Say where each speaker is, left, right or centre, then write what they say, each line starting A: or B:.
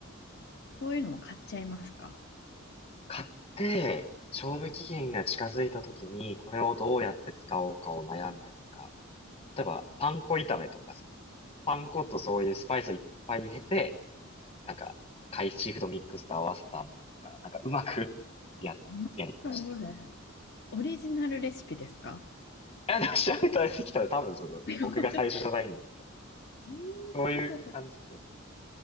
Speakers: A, on the left (about 55°); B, on the left (about 30°).
A: そういうのも買っちゃいますか
B: 買って、賞味期限が近づいた時に、これをどうやって使おうかを悩んで、なんか、例えば、パン粉炒めとか、その、パン粉とそういうスパイスをいっぱい入れて、なんか、海シーフードミックスと合わせたものとか、なんか、うまく <laughs> や、
A: なんかそれ。
B: やりくりして。
A: オリジナルレシピですか
B: いや、でも調べたらできたら多分、その、
A: <laughs>
B: 僕が最初じゃないんですけど、
A: えー、
B: そういう感じで。
A: 聞いたこと。